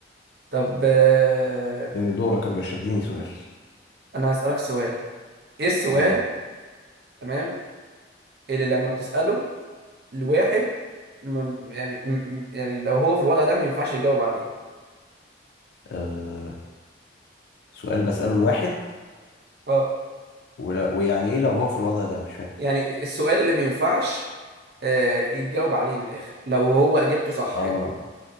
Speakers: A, on the right (about 55°); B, on the left (about 60°).
A: طب آه...
B: دورك يا باشا اديني سؤال
A: انا هسالك سؤال ايه السؤال
B: آه.
A: تمام اللي لما بتساله لواحد م... يعني م... م- يعني لو هو في الوضع ده ما ينفعش يجاوب عليه
B: آه. سؤال بسأله الواحد
A: اه
B: ولا- ويعني ايه لو هو في الوضع ده مش فاهم
A: يعني السؤال اللي ما ينفعش آه، يتجاوب عليه من الاخر لو هو اجابته صح
B: اه
A: يعني